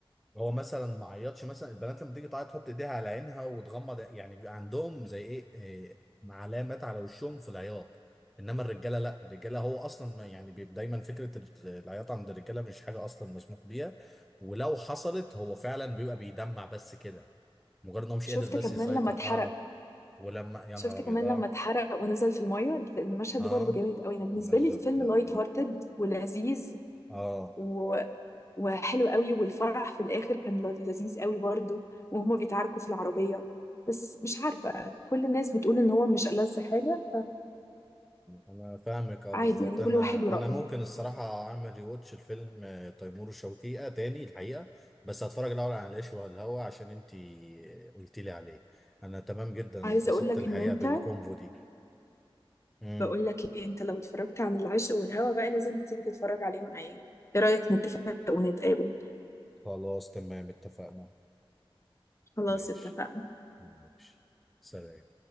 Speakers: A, in the centre; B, on the left (about 30°).
A: هو مثلا ما عيطش مثلا البنات لما تيجي تعيط تحط ايديها على عينها وتغمض يعني بيبقى عندهم زي ايه إيه، علامات على وشهم في العياط انما الرجاله لا الرجاله هو اصلا ما- يعني بيبقى دايما فكره العياط عند الرجاله مش حاجه اصلا مسموح بيها ولو حصلت هو فعلا بيبقى بيدمع بس كده مجرد ان هو مش
B: شفت
A: قادر بس
B: كمان
A: يسيطر
B: لما اتحرق
A: اه ولما يا
B: شفت
A: نهار ابيض
B: كمان
A: اه
B: لما اتحرق ونزل في الميه المشهد
A: اه
B: ده برضه جامد قوي انا بالنسبه
A: مجد
B: لي الفيلم
A: رهيب
B: لايت هارتد ولذيذ
A: اه
B: و... وحلو قوي والفرح في الاخر كان ل- لذيذ قوي برضو وهما بيتعاركوا في العربيه بس مش عارفه كل الناس بتقول ان هو مش ألذ حاجه
A: انا فاهمك اه
B: فعادي
A: بالظبط
B: يعني كل
A: انا
B: واحد ورأيه
A: انا ممكن الصراحه اعمل ريواتش الفيلم آه، تيمور وشفيقة تاني الحقيقه بس هتفرج الاول على العيش والهوى عشان انتي قلتي لي عليه انا تمام جدا انبسطت
B: عايزه اقول لك
A: الحقيقه
B: ان انت
A: بالكونفو دي مم.
B: بقول لك ايه انت لو اتفرجت عن العشق والهوى بقى لازم تيجي تتفرج عليه معايا ايه رأيك نتفق ونتقابل
A: خلاص تمام اتفقنا
B: خلاص
A: ماشي
B: اتفقنا
A: ماشي سلام